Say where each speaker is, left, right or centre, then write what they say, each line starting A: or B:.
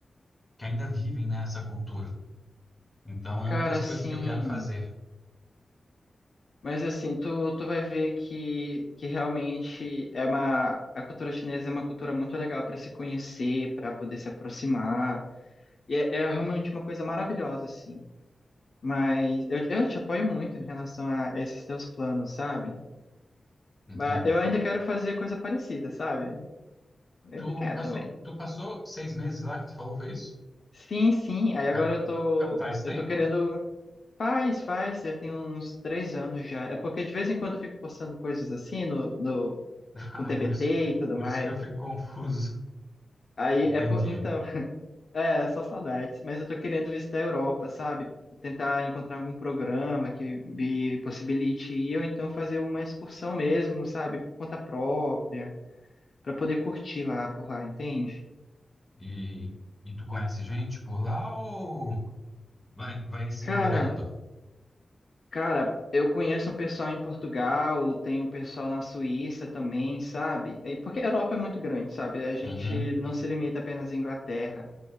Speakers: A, on the left; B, on the left.
A: que ainda vivem, né, essa cultura. Então
B: Cara,
A: é uma das
B: sim.
A: coisas que eu quero fazer.
B: Mas assim, tu, tu vai ver que, que realmente é uma. A cultura chinesa é uma cultura muito legal para se conhecer, para poder se aproximar. E é, é realmente uma coisa maravilhosa, assim. Mas eu, eu te apoio muito em relação a esses teus planos, sabe?
A: Entendi.
B: Mas eu ainda quero fazer coisa parecida, sabe? Eu ainda
A: Tu
B: quero
A: passou,
B: também.
A: tu passou seis meses lá que tu falou, foi isso?
B: Sim, sim. Aí agora
A: Faz,
B: eu tô,
A: fa- faz tempo?
B: eu tô querendo.
A: <laughs>
B: Faz, faz. Já tem uns três anos já. É porque de vez em quando eu fico postando coisas assim no, no,
A: Ah,
B: com TBT
A: por isso,
B: e tudo
A: por
B: mais.
A: isso que eu fico confuso.
B: Aí
A: <laughs> Entendi.
B: é, po- então, <laughs> é só saudades. Mas eu tô querendo visitar a Europa, sabe? Tentar encontrar algum programa que me possibilite ir, ou então fazer uma excursão mesmo, sabe? Por conta própria, pra poder curtir lá por lá, entende?
A: E, e tu conhece gente por lá ou vai, vai se
B: Cara,
A: virando?
B: Cara, eu conheço um pessoal em Portugal, tem um pessoal na Suíça também, sabe? É, Porque a Europa é muito grande, sabe? A gente
A: Uhum,
B: não se limita apenas à Inglaterra.